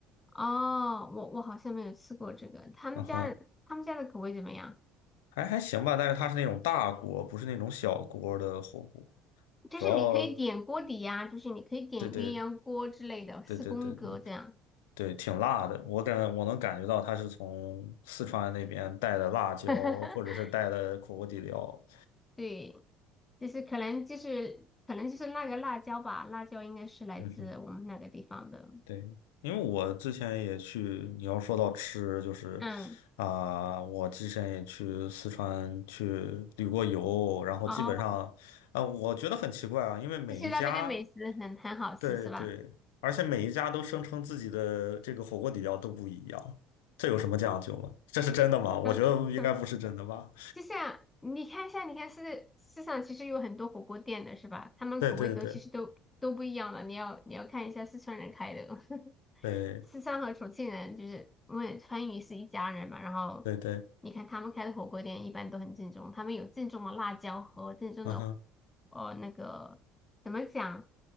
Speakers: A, on the left; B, on the left.
A: 哦，我我好像没有吃过这个，他们家的他们家的口味怎么样？
B: 嗯哼，还还行吧，但是它是那种大锅，不是那种小锅的火锅。
A: 就是你可以点锅底呀、
B: 主要，
A: 就是你可以点鸳鸯锅之类的，
B: 对对
A: 四宫格这样。
B: 对对对对对，挺辣的。我感我能感觉到它是从四川那边带的辣椒，
A: <laughs>
B: 或者是带的火锅底料。
A: 对，就是可能就是可能就是那个辣椒吧，辣椒应该是来自我们那个地方的。
B: 嗯哼。对，因为我之前也去，你要说到吃，就是
A: 嗯，
B: 啊、我之前也去四川去旅过游，然后基本上，
A: 哦，
B: 啊、我觉得很奇怪啊，因为每一家，
A: 就是那边的美食很很好吃是吧？
B: 对对，而且每一家都声称自己的这个火锅底料都不一样，这有什么讲究吗？这是真的吗？我觉得应该不是真的吧。
A: <laughs> 就像你看一下，你看市市场其实有很多火锅店的是吧？他们口味都其实都都不一样的。
B: 对对对
A: 你要你要看一下四川人开的，<laughs>
B: 对
A: 四川和重庆人就是因为川渝是一家人嘛。然后你看他们开的火锅店一般都很正宗，
B: 对对，
A: 他们有正宗的辣椒和正宗的
B: 嗯哼，
A: 呃那个怎么讲？